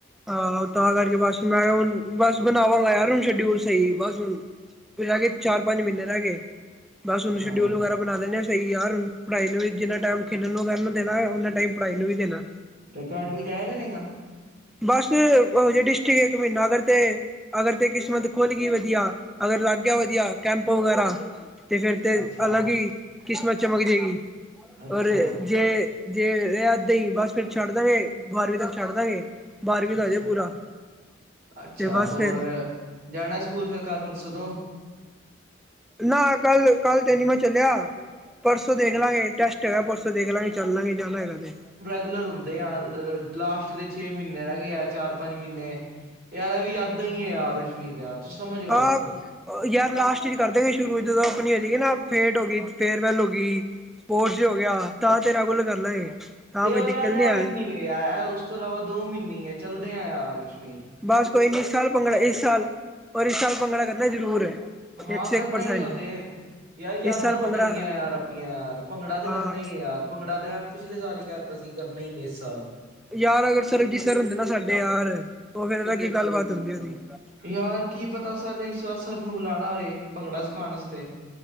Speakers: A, in the centre; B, on the right (about 50°).
A: ਹਾਂ, ਤਾਂ ਕਰਕੇ ਬਸ, ਮੈਂ ਹੁਣ ਬਸ ਬਣਾਵਾਂਗਾ ਯਾਰ, ਹੁਣ ਸ਼ਡਿਊਲ ਸਹੀ ਬਸ ਹੁਣ। ਰਹਿ ਗੇ ਚਾਰ, ਪੰਜ ਮਹੀਨੇ ਰਹਿ ਗੇ, ਬਸ ਹੁਣ
B: ਹਾਂ
A: ਸ਼ਡਿਊਲ ਵਗੈਰਾ ਬਣਾ ਲੇਣੇ ਆ। ਸਹੀ ਯਾਰ, ਪੜਾਈ ਨੂੰ ਵੀ, ਜਿੰਨਾ ਟਾਈਮ ਖੇਡਣ ਨੂੰ ਦੇਣਾ ਹੈ, ਉਹਨਾ ਟਾਈਮ ਪੜਾਈ ਨੂੰ ਵੀ ਦੇਣਾ।
B: ਅਕੈਡਮੀ ਜਾਇਆ ਕਰੇਂਗਾ।
A: ਬਸ, ਉਹ ਹਜੇ ਡਿਸਟ੍ਰਿਕ ਇੱਕ ਮਹੀਨਾ ਅਗਰ ਤੇ। ਅਗਰ ਤੇ ਕਿਸਮਤ ਖੁੱਲ ਗਈ ਵਧੀਆ, ਅਗਰ ਲੱਗ ਗਿਆ ਵਧੀਆ, ਕੈਂਪ ਵਗੈਰਾ। ਤੇ, ਫੇਰ ਤੇ
B: ਅੱਛਾ
A: ਅਲੱਗ ਹੀ ਕਿਸਮਤ ਚਮਕ ਜਏਗੀ,
B: ਅੱਛਾ
A: ਪਰ ਏ ਜੇ, ਜੇ ਰੇਹਾ ਅੱਦਾਂ ਹੀ ਬਸ ਫੇਰ ਛੱਡ ਦਾਂਗੇ, ਬਾਰਵੀਂ ਤੱਕ ਛੱਡ ਦਾਂਗੇ। ਬਾਰਵੀਂ
B: ਅੱਛਾ।
A: ਦਾ ਹੋ ਜੇ ਪੂਰਾ
B: ਅੱਛਾ,
A: ਤੇ ਬਸ
B: ਹੋਰ
A: ਫਿਰ
B: ਜਾਣਾ ਸਕੂਲ ਫੇਰ ਕਲ ਪਰਸੋਂ ਤੋਂ।
A: ਨਾ, ਕੱਲ, ਕੱਲ ਤੇ ਨੀ ਮੈਂ ਚੱਲਿਆ। ਪਰਸੋਂ ਦੇਖ ਲਾਂਗੇ ਟੈਸਟ ਤੇਰਾ ਪਰਸੋ ਦੇਖ ਲਾਂਗੇ ਚਲ ਲਾਂਗੇ, ਜਾਣਾ ਹੇਗਾ ਤੇ।
B: ਲਰ ਰੁਂਦੇ ਆ ਲਾਸਟ ਦੇ, ਛੇ ਮਹੀਨੇ ਰਹ ਗਏ ਆ। ਚਾਰ, ਪੰਜ, ਮਹੀਨੇ। ਯਾਰ, ਅਵੀ ਯਾਦਾਂ ਹੀ, ਏ ਯਾਰ। ਨਹੀ ਯਾਰ, ਤੂ ਸਮਝ। ਗੱਲ
A: ਹਾਂ।
B: ਨੂੰ
A: ਯਾਰ ਲਾਸਟ ਇਚ ਕਰ ਦੇਗੇ ਸ਼ੁਰੂ, ਜਦੋਂ ਆਪਣੀ ਹੋ ਜਾਏਗੀ ਨਾ ਫੇਟ ਹੋ ਗਈ, ਫੇਅਰਵੈਲ ਹੋ ਗਈ। <unintelligible> ਹੋ ਗਿਆ। ਤਾਂ ਰੈਗੂਲਰ ਕਰ ਲਾਂਗੇ। ਤਾਂ
B: ਤੇ
A: ਕੋਈ
B: ਉਹ
A: ਦਿੱਕਤ
B: ਯਾਰ ਰਹਿ
A: ਨੀ ਹੈ
B: ਕਿੰਨੇ ਗਏ ਆ, ਉਸ ਤੋਂ ਇਲਾਵਾ ਦੋ ਮਹੀਨੇ ਈਏ, ਚੱਲਦੇ ਆ ਯਾਰ ਰਸ਼ਮੀਤ।
A: ਬਾਸ ਕੋੋਇ ਨੀ, ਇਸ ਸਾਲ ਪੰੰਗੜਾ ਏ, ਇਸ ਸਾਲ। ਪਰ ਇਸ ਸਾਲ ਭੰਗੜਾ ਕਰਨਾ ਜ਼ਰੂਰ ਏ,
B: ਹਾਂ
A: ਇੱਕ ਸੌ
B: ਕਰਨਾ
A: ਇੱਕ ਪਰਸੈਂਟ।
B: ਹੀ ਆ ਉਹ ਤੇ ਯਾਰ, ਯਾਦਾਂ
A: ਇਸ ਸਾਲ
B: ਬਨਣਗੀਆਂ
A: ਭੰਗੜਾ
B: ਯਾਰ, ਆਪਣੀਆਂ ਯਾਰ, ਭੰਗੜਾ ਤੇ
A: ਹਾਂ
B: ਕਰਨਾ ਹੀ ਹੈ ਯਾਰ। ਭੰਗੜਾ, ਤੇ ਮੈਂ ਪਿਛਲੇ ਸਾਲ ਹੀ ਕਹਿ ਤਾ ਸੀ, ਕਰਨਾ ਹੀ ਏ ਇਸ ਸਾਲ।
A: ਯਾਰ ਅਗਰ, ਸਰਬਜੀਤ ਸਰ ਹੁੰਦੇ ਨਾ ਸਾਡੇ ਯਾਰ, ਉਹ ਫਿਰ ਅਲੱਗ ਹੀ ਗੱਲਬਾਤ ਹੁੰਦੀ ਉਹਦੀ।
B: ਯਾਰ ਕੀ ਪਤਾ ਸਰ ਇਸ ਵਾਰ ਸਰ ਨੂੰ ਬੁਲਾਉਣਾ ਹੋਵੇ ਭੰਗੜਾ ਸਿਖਾਉਣ ਵਾਸਤੇ।